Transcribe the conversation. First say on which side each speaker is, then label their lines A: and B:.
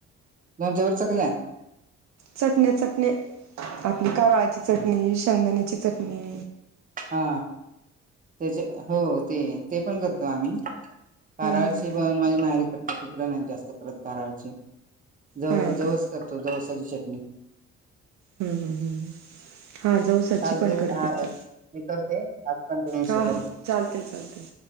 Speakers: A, on the right (about 25°); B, on the right (about 65°).
A: लोणच्यावर चकल्या.
B: चटण्या चटण्या आपली कारळाची चटणी, शेंगदाण्याची चटणी.
A: हा त्याचे हो ते ते पण करत आम्ही काराळाची
B: हा हा
A: पण माझी माहेरी करतेत तिकडे नाही जास्त करत काराळाची. ज
B: हा हा
A: जवस
B: का
A: करतो जवसाची चटणी.
B: हम्म हम् हम्म हम्म हा जवसाची
A: चालते
B: पण करतेत्.
A: मी करते आज कंटिन्यूशी
B: हा
A: करू
B: हा चालतंय चालतंय.